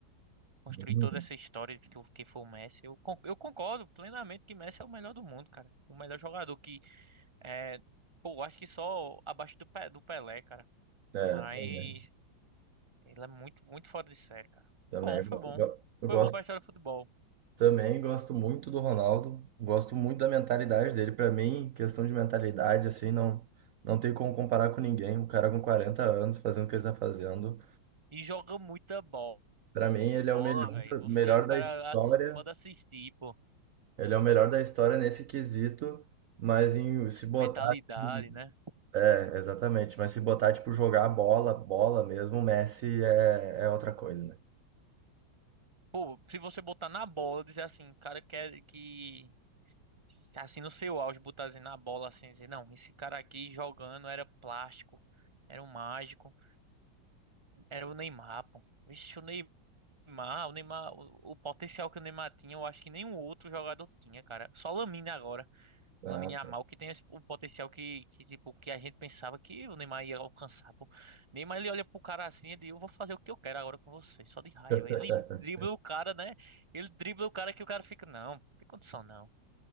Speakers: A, on the right; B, on the right.
A: construir
B: Uhum.
A: toda essa história de que, o- que foi o Messi. Eu, con- eu concordo plenamente que Messi é o melhor do mundo, cara. O melhor jogador que é, pô, acho que só abaixo do, Pe- do Pelé, cara.
B: É,
A: Mas
B: também,
A: ele é muito, muito fora de série, cara.
B: também,
A: Bom, foi
B: eu,
A: bom.
B: go- eu
A: Foi
B: gosto
A: bom pra história do futebol.
B: Também gosto muito do Ronaldo, gosto muito da mentalidade dele. para mim, questão de mentalidade, assim, não, não tem como comparar com ninguém. Um cara com 40 anos fazendo o que ele tá fazendo.
A: E joga muita bo-
B: para mim, ele é
A: bola,
B: o melhor,
A: velho. Você,
B: melhor
A: o cara
B: da história.
A: ass- pode assistir, pô.
B: Ele é o melhor da história nesse quesito, mas em se botar.
A: Mentalidade,
B: assim,
A: né?
B: É, exatamente. Mas se botar, tipo, jogar bola, bola mesmo, o Messi é, é outra coisa, né?
A: Pô, se você botar na bola, dizer assim, o cara quer que assim no seu auge, botar assim na bola assim, dizer, não, esse cara aqui jogando era plástico, era um mágico, era o Neymar, pô. Vixe, o Neymar, o Neymar, o, o potencial que o Neymar tinha, eu acho que nenhum outro jogador tinha, cara. Só o Lamine agora,
B: Ah,
A: o Lamine Yamal que tem esse- o potencial que, que tipo que a gente pensava que o Neymar ia alcançar, pô. Neymar ele olha pro cara assim e diz, eu vou fazer o que eu quero agora com você, só de raiva.
B: <laughs>
A: Ele dribla o cara, né? Ele dribla o cara que o cara fica, não, não tem condição não.